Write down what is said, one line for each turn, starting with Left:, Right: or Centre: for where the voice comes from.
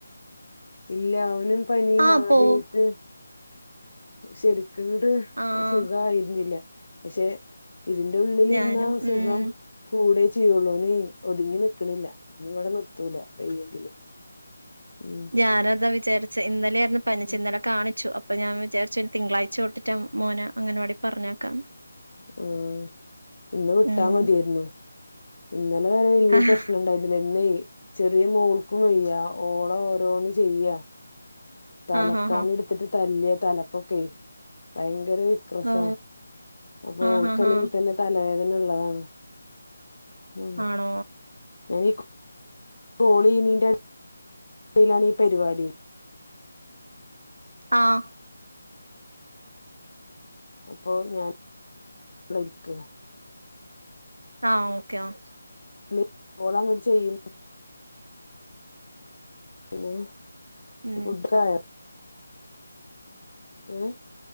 Left: ഇല്ല ഒനും പനി
Right: ആഹ്
Left: മാറിട്ട്.
Right: പോവും
Left: ശെരിക്ക്ങ്ങ്ട്ട്
Right: ആഹ്
Left: സുഖയിരുന്നില്ല പക്ഷെ ഇതിന്റെ ഉള്ളിലിര്ന്നാ
Right: ഞാനും ഉം
Left: സുഖം കൂടെ ചെയ്യുള്ളൂന് ഒത്ങ്ങി നിക്കണില്ല ഇഞ്ഞിവടെ നിർത്തൂല. വയ്യെങ്കിലും ഉം
Right: ഞാനതാ വിചാരിച്ചെ ഇന്നലെയായ്ര്ന്നു പനിച്ചെ
Left: ഉം
Right: ഇന്നലെ കാണിച്ചു അ അപ്പൊ ഞാൻ വിചരിച്ച് ഇനി തിങ്കളാഴ്ച തൊട്ടിട്ട് മോനെ അങ്ങനവാടി പറഞ്ഞക്കാംന്ന്
Left: ഉും ഇന്ന് വിട്ടാ
Right: ഉം
Left: മതിര്ന്നു. ഇന്നലെ വരേ വെല്ല്യ
Right: ആഹ്
Left: പ്രശ്ണണ്ടായ്ന്നില്ലാ ഇന്നേ ചെറിയ മോൾക്കും വെയ്യാ ഓളെ ഓരോന്ന് ചെയ്യാ തലക്കാണി
Right: ആഹ് ആഹ്
Left: ഇട്ത്ത്ട്ട് തല്ലാ തലക്കൊക്കെ ഭയങ്കര വി ക്രസാ
Right: ഓ
Left: അപ്പൊ
Right: ആഹ്
Left: ഓൾക്കല്ലെങ്കി
Right: ആഹ് ആഹ്
Left: തന്നെ തലവേദനള്ളതാണ് ഉം
Right: ആണോ
Left: ഞാനീ കോ കോളെയ്യിണിന്റെടിയിലാണി പരിപാടി.
Right: ആഹാ
Left: പ്പൊ ഞാൻവ്ട ഇര്ക്ക.
Right: ആഹ് ഓക്കെ ആഹ്
Left: ന് കോളങ്ങട്ട് ചെയ്യും പിന്നേ
Right: ഉം
Left: ഫുഡ്ക്കായോ ഏഹ്